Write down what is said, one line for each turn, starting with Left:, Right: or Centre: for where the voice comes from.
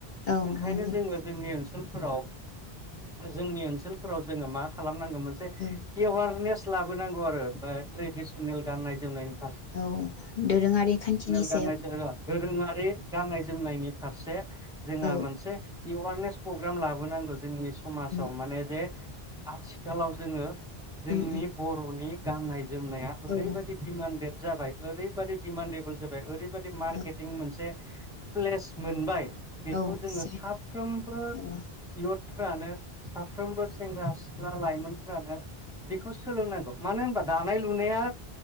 Left: औ
Centre: ओंखायनो
Left: नंगौ
Centre: जोङो
Left: नोंथां
Centre: जोंनि ओनसोल फोराव जोंनि ओनसोलफोराव जोङो मा खालामनां जोंयो मोनसे
Left: औ
Centre: एवारनेस लाबोनांगौ आरो ओमफाय ट्रेडिसनेल गाननाय जोमनायनिफ
Left: औ दोरोङारि खान्थिनिस
Centre: गाननाय <unintelligible> दोरोङारि गाननाय जोमनायनि फारसे जोंहा
Left: औ
Centre: मोनसे एवारनेस प्रग्राम लाबोनांगौ जोंनि समाजाव
Left: उम
Centre: माने जे आथिखालाव जोङो जोंनि
Left: उम
Centre: बर'नि गाननाय जोमनाया
Left: उम
Centre: ओरैबायदि दिमान्डेत जाबाय ओरैबादि दिमान्डेबोल जा ओरै रैबादि मार्केटिं
Left: औ औ
Centre: मोनसे प्लेस मोनबाय बेखौ
Left: औ
Centre: जोङो
Left: से
Centre: साफ्रोमबो
Left: औ
Centre: इउथफ्रानो साफ्रोमबो सेंग्रा-सिख्ला लाइमोनफ्रानो बेखौ सोलोंनांगौ मानो होमबा दानाय-लुनाया